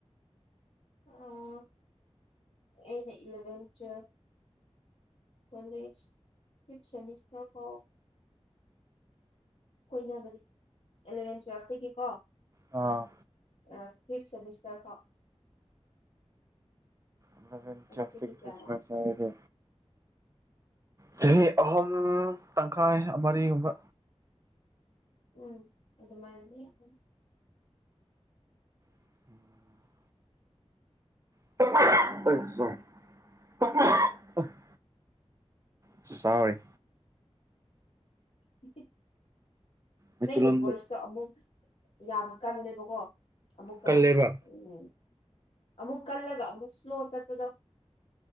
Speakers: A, on the left; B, on the right.
A: ꯑꯥ ꯑꯩꯅ eleven twelve college fifth semester ꯐꯥꯎ ꯀꯣꯏꯅꯕꯅꯤ ꯑꯦꯂꯚꯦꯟ ꯇꯨꯋꯦꯜꯐꯇꯒꯤ ꯀꯣ
B: ꯑꯥ
A: ꯑꯥ ꯐꯤꯞ ꯁꯦꯃꯤꯁꯇꯔ ꯐꯥꯎ
B: ꯏꯂꯥꯚꯦꯟ
A: ꯑꯗꯨ
B: ꯇꯨꯋꯦꯜꯐ
A: ꯆꯍꯤ ꯀꯌꯥꯅꯣ
B: ꯇꯒꯤ ꯆꯍꯤ ꯑꯍꯨꯝ ꯇꯪꯈꯥꯏ ꯃꯔꯤꯒꯨꯝꯕ
A: ꯎꯝ ꯑꯗꯨ ꯃꯥꯏꯅꯗꯤ ꯗꯨꯝ
B: ꯎꯝ <inaudible> ꯁꯣꯔꯤ
A: <unintelligible>
B: ꯃꯩꯇꯩꯂꯣꯟꯗ
A: ꯅꯪꯒꯤ ꯚꯣꯏꯁꯇꯣ ꯑꯃꯨꯛ ꯌꯥꯝ ꯀꯜꯂꯦꯕꯀꯣ ꯑꯃꯨꯛꯀ
B: ꯀꯜꯂꯦꯕ
A: ꯎꯝ ꯑꯃꯨꯛ ꯀꯜꯂꯒ ꯑꯃꯨꯛ ꯏꯁꯂꯣ ꯆꯠꯄꯗꯣ